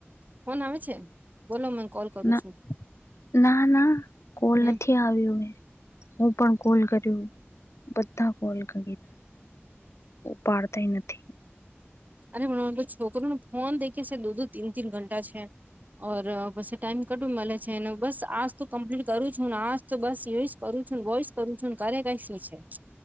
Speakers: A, on the right; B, on the left.
A: ફોન આવે છે બોલો મને કોલ કરું
B: ના
A: છું
B: ના ના કોલ
A: હમ
B: નથી આવ્યું મે હું પણ કોલ કર્યું બધા કોલીધ પાડતાય નથી
A: અનેરે છોકરો ન ફોન દેખે છે લુંધું તીન તીન ઘંટા છે ઓર પછી ટાઈમ કટું મળે છેને બસ આજ તો કમ્પ્લીટ કરું છ હું ને આજ તો બસ એય કરું છું ને વોઈસ કરું છું ક કઈ શું છે